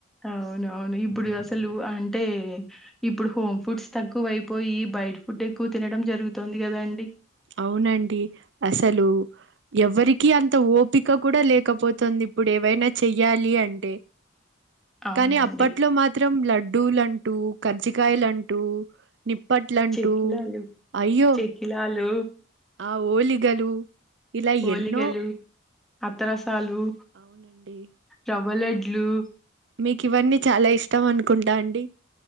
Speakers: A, in the centre; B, on the right.
A: అవునవును ఇప్పుడు అసలు అంటే ఇప్పుడు హోమ్ ఫుడ్స్ తక్కువైపోయి బైటి ఫుడ్ ఎక్కువ్ తినడం జరుగుతొంది కదా అండి
B: అవునండి అసలు ఎవరికి అంత ఓపిక కూడా లేకపోతుంద్ ఇప్పుడెవైనా చెయ్యాలి అంటే
A: అవునండి.
B: కానీ అప్పట్లో మాత్రం లడ్డూలంటూ కర్జికయలంటూ నిప్పట్లంటూ
A: చెక్కిలాలు
B: అయ్యో
A: చెకిలాలు
B: ఆ వొలీగలు ఇలా
A: ఓలిగలు
B: ఎన్నో
A: అత్తరసాలు
B: అవునండి
A: రవ్వలడ్లు
B: మీకు ఇవన్నీ చాలా ఇష్టమనుకుంటా అండి